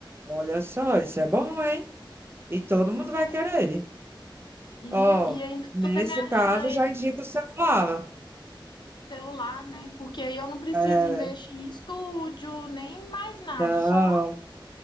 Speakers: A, on the right; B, on the left.
A: Olha só, isso é bom, hein? E todo
B: Pois
A: mundo
B: é.
A: vai querer.
B: E,
A: Ó,
B: e ainda
A: nesse
B: toda a minha
A: caso,
B: renda
A: já indica o celular.
B: ex-celular, né? Porque aí eu não preciso
A: É,
B: investir em estúdio, nem mais nada,
A: não.
B: só